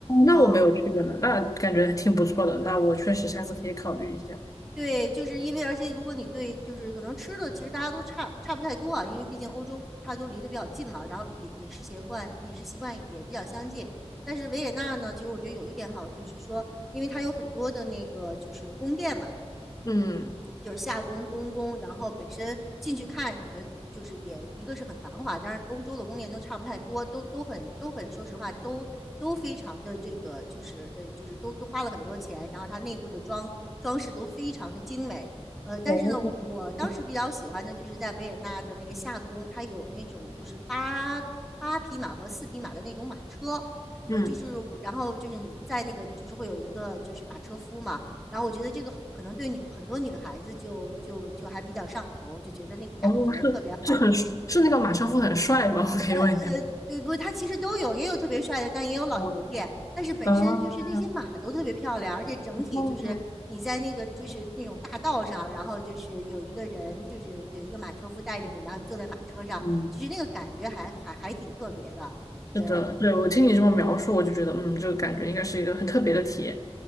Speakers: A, in the centre; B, on the left.
A: 啊。
B: 那我没有去过呢，那感觉挺不错的，那我确实下次可以考虑一下。
A: 对，就是因为，而且如果你对，就是可能吃的，其实大家都差差不太多啊，因为毕竟欧洲它都离得比较近嘛，然后饮饮食习惯饮食习惯也比较相近。但是维也纳呢，其实我觉得有一点好，就是说，因为它有很多的那个就是宫殿嘛，
B: 嗯，
A: 就是夏宫、东宫，然后本身进去看，呃，就是也一个是很繁华，当然欧洲的宫殿都差不太多，都都很都很，说实话都都非常的这个，就是呃，就是都都花了很多钱，然后它内部的装装饰都非常的精美，呃，但是呢，
B: 哦，
A: 我当时比较喜欢的就是在维也纳的那个夏宫，
B: 嗯，
A: 它有那种就是八八匹马和四匹马的那种马车。
B: 嗯，
A: 呃，就是，然后就是你在那个，就是会有一个就是马车夫嘛，然后我觉得这个可能对女很多女孩子就就就还比较上头，就觉得那个感觉特别好。
B: 哦，是是很是那个马车夫很帅吗？<laughs> 我可以问一下。
A: 呃呃，对不？他其实都有，也有特别帅的，但也有老爷爷。
B: 哦，
A: 但是本身就是那些马都特别漂亮，
B: 啊，
A: 而且整体就是你在那个就是那种大道上，
B: 哦，
A: 然后就是有一个人，就是有一个马车夫带着你，然后你坐在马车上，
B: 嗯。
A: 其实那个感觉还还还挺特别的。对，
B: 是的，对，我听你这么描述，我就觉得，嗯，这个感觉应该是一个很特别的体验。